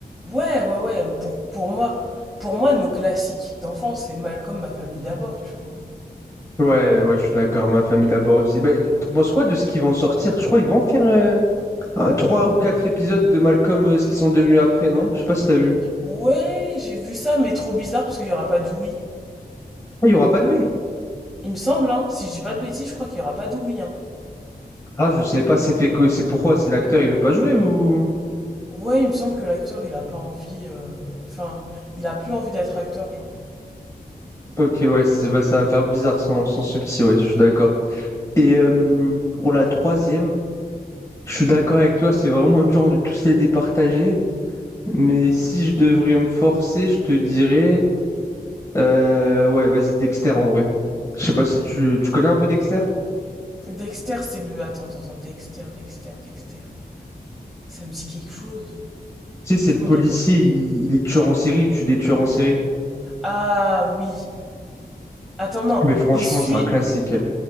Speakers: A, in the centre; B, on the left.
A: Ouais, ouais, ouais. Pour, pour moi, pour moi, nos classiques d'enfance, c'est Malcolm, ma famille d'abord, tu vois.
B: Ouais, ouais, je suis d'accord, ma famille d'abord aussi. Bah, tu penses quoi de ce qu'ils vont sortir? Je crois qu'ils vont faire... ah, trois ou quatre épisodes de Malcolm, euh, ce qu'ils sont devenus après, non? Je sais pas si t'as vu.
A: Ouais, j'ai vu ça, mais trop bizarre parce qu'il n'y aura pas d'Ouïe.
B: Ah, il y aura pas de lui.
A: Il me semble, hein. Si je dis pas de bêtises, je crois qu'il n'y aura pas d'Ouïe, hein.
B: Ah, je sais pas, c'est fait que c'est pourquoi c'est l'acteur, il veut pas jouer ou.
A: Ouais, il me semble que l'acteur, il a pas envie. euh, Enfin, il a plus envie d'être acteur, genre.
B: Ok, ouais, c'est- bah, ça va faire bizarre sans, sans subtil, ouais, je suis d'accord. Et euh, pour la troisième, je suis d'accord avec toi, c'est vraiment le genre de tous les départager. Mais si je devrais me forcer, je te dirais. euh, ouais, vas-y, Dexter en vrai. Je sais pas si tu, tu connais un peu Dexter?
A: Dexter, c'est le. Attends, attends, Dexter, Dexter, Dexter. Ça me dit quelque chose.
B: Tu sais, c'est
A: Je
B: le
A: connais
B: policier,
A: le nom.
B: il, il est tueur en série, il tue des tueurs en série.
A: Ah oui. Attends, non.
B: Mais franchement,
A: Il suit.
B: c'est un classique.